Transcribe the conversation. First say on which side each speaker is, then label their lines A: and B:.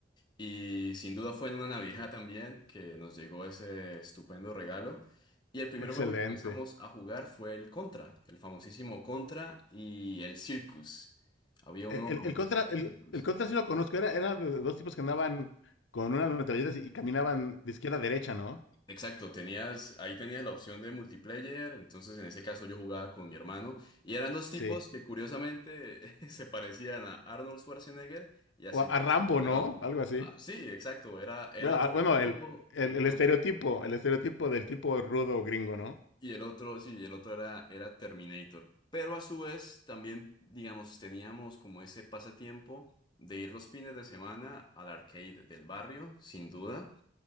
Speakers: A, on the left; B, on the left.
A: y sin duda fue en una Navidad también que nos llegó ese estupendo regalo. Y el primer
B: Excelente.
A: juego que comenzamos a jugar fue el Contra, el famosísimo Contra y el Circus. Había
B: e,
A: uno
B: El,
A: famoso
B: el contra,
A: que
B: el,
A: era Circus.
B: el contra sí lo conozco, era, era de dos tipos que andaban con unas metralletas y, y caminaban de izquierda a derecha, ¿no?
A: Exacto, tenías, ahí tenías la opción de multiplayer, entonces en ese caso yo jugaba con mi hermano y eran dos tipos
B: Sí.
A: que curiosamente <laughs> se parecían a Arnold Schwarzenegger y a Sylvester
B: O a, a Rambo,
A: Stallone.
B: ¿no? Algo así.
A: Ah, sí, exacto, era, era
B: Bueno, a-
A: rango
B: bueno, el, el,
A: y
B: el
A: no,
B: estereotipo, el estereotipo del tipo rudo gringo, ¿no?
A: Y el otro, sí, y el otro era, era Terminator. Pero a su vez también, digamos, teníamos como ese pasatiempo de ir los fines de semana al arcade del barrio, sin duda.